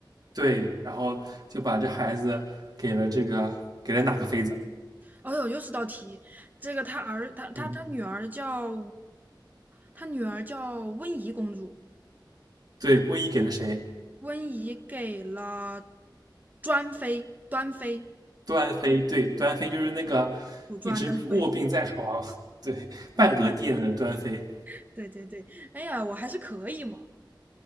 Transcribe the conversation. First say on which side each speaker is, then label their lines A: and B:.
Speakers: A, on the right (about 55°); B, on the right (about 20°).
A: 对，然后就把这孩子给了这个给了哪个妃子？
B: 哎呦，又是道题，这个他儿，他他他女儿叫，
A: 嗯，
B: 他女儿叫温宜公主，
A: 对，温宜给了谁？
B: 温宜给了专妃，端妃，
A: 端妃，对，端妃就是那个一直卧病在床，
B: 主专的妃，
A: 对，半格殿的端妃。
B: <laughs> 对对对，哎呀，我还是可以嘛。